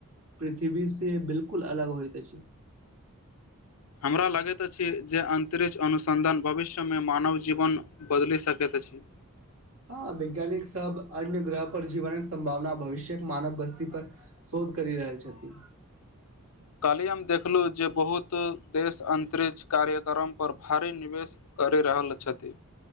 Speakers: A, on the right; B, on the left.
A: पृथ्वी से बिलकुल अलग होइत अछि
B: हमरा लगैत अछि जे अन्तरिक्ष अनुसन्धान भविष्यमे मानव जीवन बदलि सकैत अछि
A: हँ वैज्ञानिक सब अन्य ग्रह पर जीवनक सम्भावना भविष्यक मानव बस्ती पर शोध करी रहल छथि
B: काल्हि हम देखलहुँ जे बहुत देश अन्तरिक्ष कार्यक्रमपर भारी निवेश करि रहल छथि